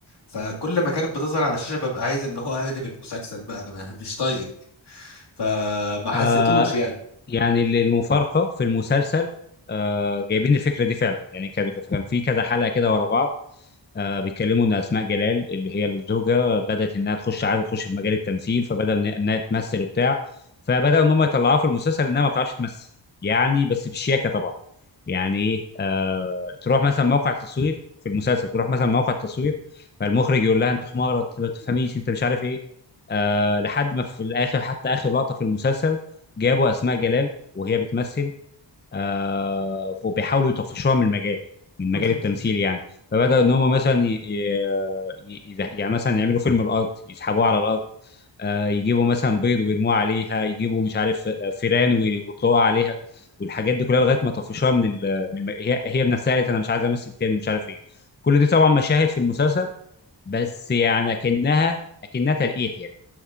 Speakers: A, on the left; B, on the left.
A: فكل ما كانت بتظهر على الشاشه ببقى عايز اللي هو اقلب المسلسل بقى انا <laughs> مش طايق فما حسيتوش
B: آه
A: يعني
B: يعني اللي المفارقه في المسلسل آه جايبين الفكره دي فعلا يعني كان كان في كذا حلقه كده ورا بعض آه بيتكلموا ان اسماء جلال اللي هي الزوجه بدات انها تخش عاده تخش في مجال التمثيل فبدا إن- انها تمثل وبتاع فبداوا ان هم يطلعوها في المسلسل انها ما بتعرفش تمثل يعني بس بالشياكه طبعا يعني ايه آه تروح مثلا موقع تصوير في المسلسل تروح مثلا موقع تصوير فالمخرج يقول لها انت حماره انت ما بتفهميش انت مش عارف ايه آه لحد ما في الاخر حتى اخر لقطه في المسلسل جابوا اسماء جلال وهي بتمثل آه وبيحاولوا يطفشوها من المجال من مجال
A: <laughs>
B: التمثيل يعني فبدأوا ان هم مثلا ي... ي... ي... يعني مثلا يعملوا فيلم الارض يسحبوها على الارض آه يجيبوا مثلا بيض ويرموه عليها يجيبوا مش عارف آه، فيران وي- ويطلقوها عليها والحاجات دي كلها لغايه ما طفشوها من ال... من الم... هي هي بنفسها قالت انا مش عايزه امثل تاني ومش عارف ايه كل دي طبعا مشاهد في المسلسل بس يعني اكنها اكنها تلقيح يعني